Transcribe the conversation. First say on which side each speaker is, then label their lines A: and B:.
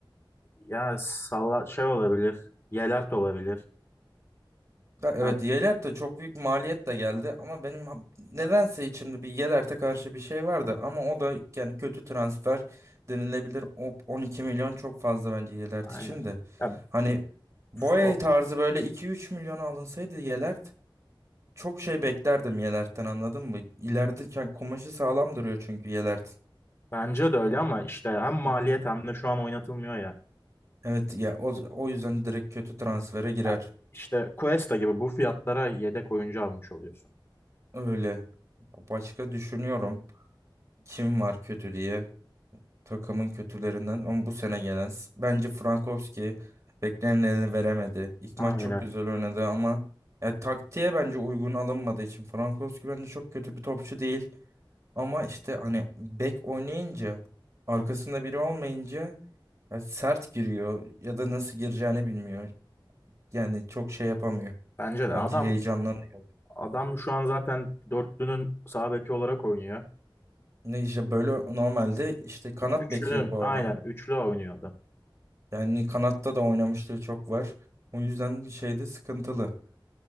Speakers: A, on the left (about 30°); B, on the right (about 40°).
A: Ya salla şey olabilir. Yelert olabilir.
B: Da- Evet
A: Ha,
B: Yelert de çok büyük maliyet de geldi ama benim ha- nedense içimde bir Yelert'e karşı bir şey vardı ama o da yani kötü transfer denilebilir. O 12 milyon çok fazla bence Yelert
A: aynen.
B: için de.
A: Ya,
B: Hani Boye
A: f- o-
B: tarzı böyle 2-3 milyona alınsaydı Yelert çok şey beklerdim Yelert'ten anladın mı? İleride yani kumaşı sağlam duruyor çünkü Yelert.
A: bence de öyle ama işte hem maliyet
B: Hı hı.
A: hem de şu an oynatılmıyor ya.
B: Evet ya o, o yüzden direkt kötü transfere girer.
A: Yani işte Cuesta gibi bu fiyatlara yedek oyuncu almış oluyorsun.
B: Öyle. Başka düşünüyorum kim var kötü diye. Takımın kötülerinden ama bu sene gelen s- bence Frankowski beklenileni veremedi. İlk
A: Aynen.
B: maç çok güzel oynadı ama ya, taktiğe bence uygun alınmadığı için Frankowski bence çok kötü bir topçu değil. Ama işte hani bek oynayınca arkasında biri olmayınca ya, sert giriyor ya da nasıl gireceğini bilmiyor. Yani çok şey yapamıyor.
A: Bence de
B: Bence
A: adam
B: heyecanlanıyor.
A: adam şu an zaten dörtlünün sağ beki olarak oynuyor.
B: Ne işte böyle normalde işte kanat
A: Üç, üçlünün
B: beki bu
A: aynen
B: adam.
A: üçlü oynuyor adam.
B: Yani kanatta da oynamışlığı çok var. O yüzden bir şeyde sıkıntılı.